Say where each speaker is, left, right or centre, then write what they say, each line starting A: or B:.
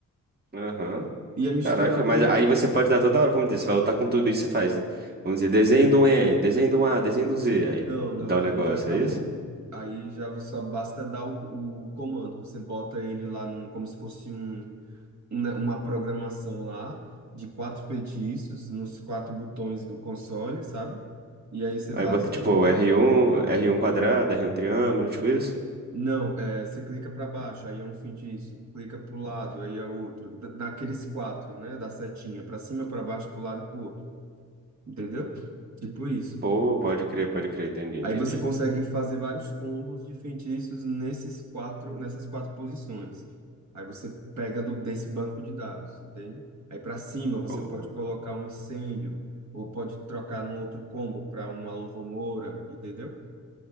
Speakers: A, on the right (about 30°); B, on the right (about 60°).
A: Aham.
B: E é misturado
A: Caraca, mas
B: também
A: aí
B: com...
A: você pode dar toda hora, vamos dizer, você vai lutar com tudo bicho, você faz, vamos dizer, desenho de um E, desenho de um A, desenho de um Z, aí
B: Não, não,
A: dá um
B: aí
A: negócio,
B: já acabou.
A: é isso?
B: Aí já você só basta dar o, o comando, você bota ele lá num- como se fosse um, uma uma programação lá de quatro feitiços nos quatro botões do console, sabe? E aí você
A: Aí
B: bate,
A: bota
B: você
A: tipo
B: clica,
A: r um, r um quadrado, r um triângulo, tipo isso?
B: Não, é, você clica para baixo, aí é um feitiço. Clica para o lado, aí é outro. Da- Daqueles quatro, né? Da setinha, para cima, para baixo, para o lado e para o outro. Entendeu? Tipo isso.
A: Pô, pode crer, pode crer, entendi, entendi.
B: Aí você consegue fazer vários combos de feitiços nesses quatro, nessas quatro posições. Aí você pega do- desse banco de dados, entende? Aí para cima você
A: Pô,
B: pode colocar um incêndio, ou pode trocar no outro combo para uma locomotora, entendeu?